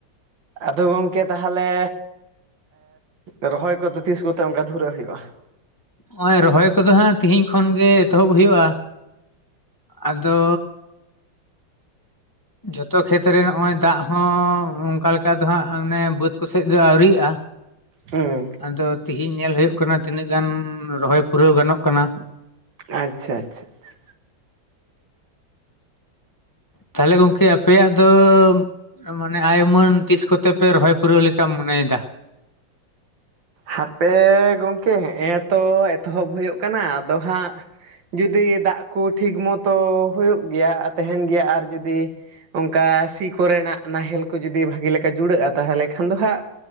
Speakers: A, on the right; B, on the left.
A: ᱟᱫᱚ ᱜᱚᱝᱠᱮ ᱛᱟᱦᱚᱞᱮ ᱨᱚᱦᱚᱭ ᱠᱚᱫᱚ ᱛᱤᱥ ᱠᱚᱛᱮ ᱚᱱᱠᱟ ᱫᱷᱩᱨᱟᱹᱜ ᱦᱩᱭᱩᱜ-ᱟ᱾
B: ᱦᱚᱭ ᱨᱚᱦᱚᱭ ᱠᱚᱫᱚ ᱦᱟᱸᱜ ᱛᱤᱦᱤᱧ ᱠᱷᱚᱱ ᱜᱮ ᱮᱛᱚᱦᱚᱵ ᱦᱩᱭᱩᱜ-ᱟ ᱟᱫᱚ ᱡᱚᱛᱚ ᱠᱷᱮᱛᱨᱮ ᱱᱚᱜ-ᱚᱭ ᱫᱟᱜ ᱦᱚᱸ ᱚᱱᱠᱟ ᱞᱮᱠᱟ ᱫᱚ ᱦᱟᱸᱜ ᱚᱱᱮ ᱵᱟᱹᱫᱽ ᱠᱚᱥᱮᱡ ᱫᱚ ᱟᱹᱣᱨᱤᱜ-ᱟ᱾ <inaudible>
A: ᱦᱩᱸ
B: ᱟᱫᱚ ᱛᱮᱦᱤᱧ ᱧᱮᱞ ᱦᱩᱭᱩᱜ ᱠᱟᱱᱟ ᱛᱤᱱᱟᱹᱜ ᱜᱟᱱ ᱨᱚᱦᱚᱭ ᱯᱩᱨᱟᱹᱣ ᱜᱟᱱᱚᱜ ᱠᱟᱱᱟ᱾
A: ᱟᱪᱪᱷᱟ ᱟᱪᱪᱷᱟ ᱟᱪᱪᱷᱟ
B: ᱛᱟᱦᱚᱞᱮ ᱜᱚᱝᱠᱮ ᱟᱯᱮᱭᱟᱜ ᱫᱚ ᱢᱟᱱᱮ ᱟᱭ ᱢᱟᱹᱱ ᱛᱤᱥ ᱠᱚᱛᱮ ᱯᱮ ᱨᱚᱦᱚᱭ ᱯᱩᱨᱟᱹᱣ ᱞᱮᱠᱟᱢ ᱢᱚᱱᱮᱭᱮ-ᱫᱟ᱾
A: ᱦᱟᱯᱮ ᱜᱚᱝᱠᱮ ᱦᱮᱜ ᱮ ᱛᱚ ᱮᱛᱚᱦᱚᱵ ᱦᱩᱭᱩᱜ ᱠᱟᱱᱟ ᱟᱫᱚ ᱦᱟᱸᱜ, ᱡᱩᱫᱤ ᱫᱟᱜ ᱠᱚ ᱴᱷᱤᱠ ᱢᱚᱛᱚ ᱦᱩᱭᱩᱜ ᱜᱮᱭᱟ ᱛᱟᱦᱮᱱ ᱜᱮᱭᱟ ᱟᱨ ᱡᱩᱫᱤ ᱚᱱᱠᱟ ᱥᱤ ᱠᱚᱨᱮᱱᱟᱜ ᱱᱟᱦᱮᱞ ᱠᱚ ᱡᱩᱫᱤ ᱵᱷᱟᱹᱜᱮ ᱞᱮᱠᱟ ᱡᱩᱲᱟᱹᱜ-ᱟ ᱛᱟᱦᱚᱞᱮ ᱠᱷᱟᱱ ᱫᱚ ᱦᱟᱸᱜ